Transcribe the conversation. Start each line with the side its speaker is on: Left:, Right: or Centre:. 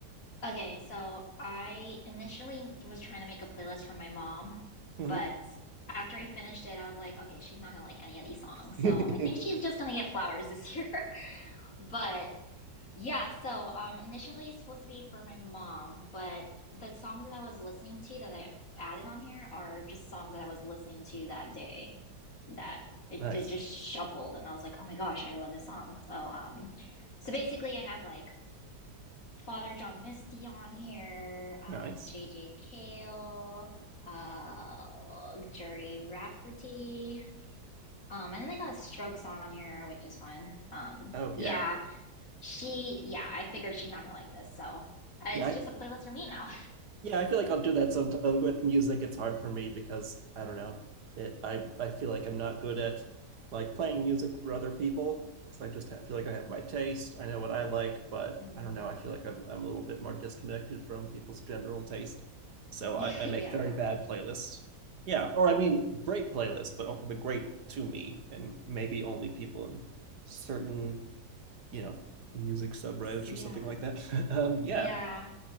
Left: Okay, so I initially was trying to make a playlist for my mom,
Right: Mhm.
Left: but after I finished it, I was like, okay, she's not gonna like any of these songs,
Right: <laughs>
Left: so I think she's just gonna get flowers this year. <laughs> But Yeah, so um initially it's supposed to be for my mom, but the songs that I was listening to that I added on here are just songs that I was listening to that day that it,
Right: Nice.
Left: it just shuffled and I was like, "Oh my gosh, I love this song." So um so basically I have like Father John Misty on here, um
Right: Nice.
Left: JJ Cale, uh Jerry Rafferty, um and then I got a Stroke song on here, which is fun. Um
Right: Oh
Left: yeah.
Right: yeah.
Left: She, yeah, I figured she's not gonna like this, so uh, it's
Right: Yeah,
Left: just a playlist for me now.
Right: Yeah, I feel like I'll do that some uh, with music. It's hard for me because I don't know. It I I feel like I'm not good at like playing music for other people because I just ha feel like I have my taste. I know what I like, but
Left: Mm.
Right: I don't know. I feel like I'm I'm a little bit more disconnected from people's general taste. So I,
Left: <laughs>
Right: I
Left: Yeah.
Right: make very bad playlists. Yeah, or I mean great playlists, but o- but great to me and maybe only people in certain, you know, music subreddits
Left: Yeah.
Right: or something like that. <laughs> Um, yeah.
Left: Yeah.